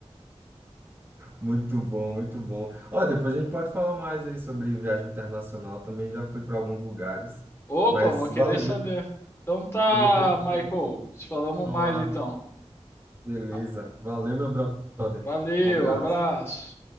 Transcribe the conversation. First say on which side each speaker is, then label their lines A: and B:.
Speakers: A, on the right; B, on the left.
A: muito bom, muito bom. Ó, depois a gente pode falar mais aí sobre viagem internacional. Também já fui para alguns lugares,
B: Opa,
A: mas
B: vou querer
A: valeu.
B: saber. Então tá,
A: Eu vou precisar
B: Michael.
A: ir
B: Se falamos
A: tomar
B: mais então.
A: uma Beleza.
B: Ah,
A: Valeu, meu brother.
B: Valeu,
A: Um abraço.
B: abraço.